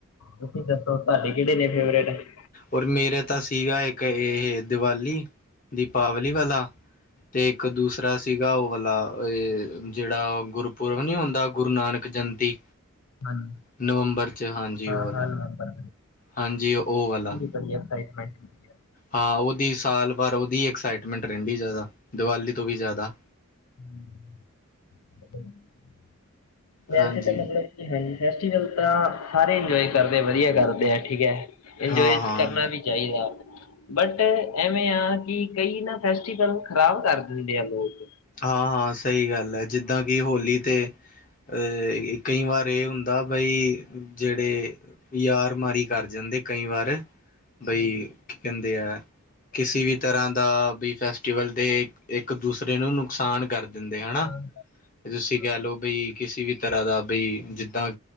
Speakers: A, on the left; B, on the left.
A: ਤੁਸੀਂ ਦੱਸੋ ਤੁਹਾਡੇ ਕਿਹੜੇ ਨੇ ਫੇਵਰੇਟ
B: ਔਰ ਮੇਰੇ ਤਾਂ ਸੀਗਾ ਇੱਕ ਇਹ ਦੀਵਾਲੀ ਦੀਪਾਵਲੀ ਵਾਲਾ ਤੇ ਇੱਕ ਦੂਸਰਾ ਸੀਗਾ ਉਹ ਵਾਲਾ ਇਹ ਜਿਹੜਾ ਗੁਰਪੁਰਬ ਨੀ ਹੁੰਦਾ ਗੁਰੂ ਨਾਨਕ ਜਯੰਤੀ
A: ਹਾਂਜੀ
B: ਨਵੰਬਰ ਚ ਹਾਂਜੀ
A: ਹਾਂ
B: ਉਹ ਵਾਲਾ
A: ਹਾਂ ਨੰਬਰ
B: ਹਾਂਜੀ ਉਹ ਵਾਲਾ
A: ਬੜੀਆਂ ਐਕਸਾਈਟਮੈਂਟ ਹੈ
B: ਹਾਂ, ਉਹਦੀ ਸਾਲ ਭਰ ਉਹਦੀ ਐਕਸਾਈਟਮੈਂਟ ਰਹਿੰਦੀ ਜ਼ਿਆਦਾ, ਦੀਵਾਲੀ ਤੋਂ ਵੀ ਜ਼ਿਆਦਾ।
A: <unintelligible> ਵੈਸੇ
B: ਹਾਂਜੀ
A: ਤਾਂ ਮਤਲਬ ਕਿ ਹਾਂਜੀ, ਫੈਸਟੀਵਲ ਤਾਂ ਸਾਰੇ ਇੰਜੋਏ ਕਰਦੇ, ਵਧੀਆ ਕਰਦੇ ਆ ਠੀਕ ਐ। ਇੰਜੋਏ
B: ਹਾਂ ਹਾਂ
A: ਕਰਨਾ ਵੀ ਚਾਹੀਦਾ। ਬਟ ਐਵੇਂ ਆ, ਕਿ ਕਈ ਨਾ ਫੈਸਟੀਵਲ ਖ਼ਰਾਬ ਕਰ ਦਿੰਦੇ ਆ ਲੋਕ।
B: ਹਾਂ-ਹਾਂ, ਸਹੀ ਗੱਲ ਐ, ਜਿੱਦਾਂ ਕਿ ਹੋਲੀ ਤੇ ਅਹ, ਕਈ ਵਾਰ ਇਹ ਹੁੰਦਾ ਬਈ, ਜਿਹੜੇ ਯਾਰਮਾਰੀ ਕਰ ਜਾਂਦੇ ਕਈ ਵਾਰ, ਬਈ
A: ਹਾਂਜੀ
B: ਕੀ ਕਹਿੰਦੇ ਆ, ਕਿਸੇ ਵੀ ਤਰ੍ਹਾਂ ਦਾ ਵੀ ਫੈਸਟੀਵਲ ਤੇ ਇੱਕ-ਦੂਸਰੇ ਨੂੰ ਨੁਕਸਾਨ ਕਰ ਦਿੰਦੇ, ਹਣਾ।
A: ਖਾਣ
B: ਤੁਸੀਂ ਕਹਿਲੋ
A: ਬਿਲਕੁਲ।
B: ਬਈ, ਕਿਸੇ ਵੀ ਤਰ੍ਹਾਂ ਦਾ ਬਈ, ਜਿੱਦਾਂ